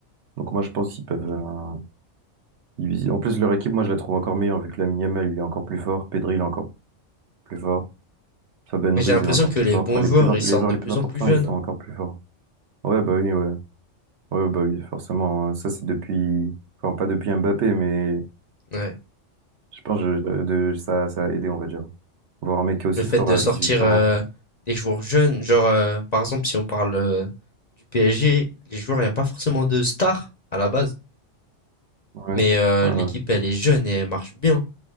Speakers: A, on the right; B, on the left.
A: Donc moi je pense qu'ils peuvent euh, diviser. En plus leur équipe, moi je la trouve encore meilleure vu que Lamine Yamal il est encore plus fort, Pedri il est encore plus fort, Fabian
B: Mais j'ai
A: Ruiz
B: l'impression
A: il est encore
B: que
A: plus
B: les
A: fort.
B: bons
A: Enfin les
B: joueurs,
A: plus imp-
B: ils sortent
A: les joueurs
B: de
A: les
B: plus
A: plus importants
B: en plus jeunes,
A: ils sont
B: hein.
A: encore plus forts. Ouais bah oui ouais ouais bah oui forcément hein. ça c'est depuis enfin pas depuis Mbappé mais
B: Ouais.
A: je pense que je- de ça ça a aidé on va dire. Voir un mec qui est aussi
B: Le fait
A: fort
B: de
A: à
B: sortir,
A: 18 ans.
B: heu, des joueurs jeunes, genre, heu, par exemple, si on parle, heu, du PSG, les joueurs, il y a pas forcément de stars à la base,
A: Ouais
B: mais heu,
A: ouais
B: l'équipe,
A: ouais
B: elle est jeune et elle marche bien.